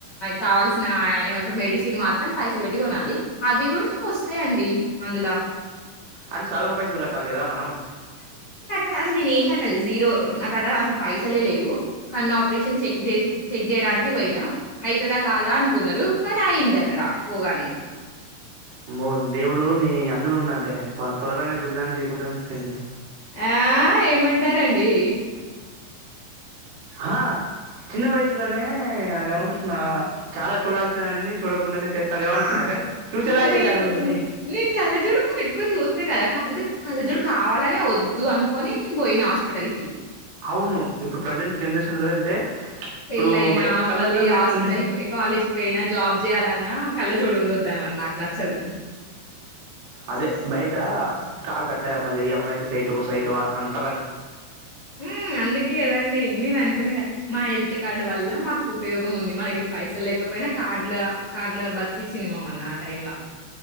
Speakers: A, on the left (about 65°); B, on the right (about 70°).
A: కావల్ ఆ ఏమంటరు మెడిసిన్ మాత్రం పైసలు పెట్టి కొనాలి. అవి కూడా మాకు వస్తయండి అందులా.
B: అండ్ సగం పైసలు కట్టాలి కదా మనం.
A: అంటే అసలు నేను ఏం కట్టలె జీరో నాకాడ అసలు పైసలే లేవు, కన్నా ఆపరేషన్ చెక్ చేసి చెక్ చేయడా నికి పోయినా అవుతదా కాదా అనుకున్నరు కానీ అయింది అక్కడ పోగానే.
B: అమ్మో దేవుడు నీ అన్నలు ఉన్నడులే త్వరగానే గుడ్డి దాన్ని చేయకుండా ఉంచిపోయిండు.
A: ఆ ఏమంటారండి.
B: ఆ చిన్న వయసులోనే అదేమంటుస్తున్నా చాలా చూడాల్సినవన్ని చూడకుండనే స్తడేమో
A: ఆ!
B: అనుకున్నా కానీ
A: లేదు
B: మిమ్మల్ని
A: నేను కళ్ళజోడు కూడా పెట్టుకొని చూస్తే కదా, కాకపోతే కళ్ళజూడు కావాల నేను వద్దు అనుకొని నేను పోయినా హాస్పిటల్ కి.
B: అవును ఇప్పుడు ప్రజెంట్ జనరేషన్ లో అంటే ఇప్పుడు
A: పెళ్ళయినా,
B: బయటన కళ్ళద్దాలు
A: మళ్ళీ
B: పెట్టుకుంటే
A: హాస్పిటల్ కాలేజ్ కి పోయినా, జాబ్ చేయాలన్నా కళ్ళజోడు ఉండొద్దన్న మరి నాకు నచ్చదు.
B: అదే బయట టాక్ అట్లా మరి ఈ అమ్మాయికి సైట్ సైట్ అని అంటరని.
A: హ్మ్. అందుకే కదండి నేను అంటున్నా కదా మా హెల్త్ కార్డ్ వల్ల మాకు ఉపయోగం ఉంది. మా దగ్గర పైసలు లేకపో పోయినా కార్డ్ లా కార్డ్ లా బతికించిది మమ్మల్ని ఆ టైమ్లా.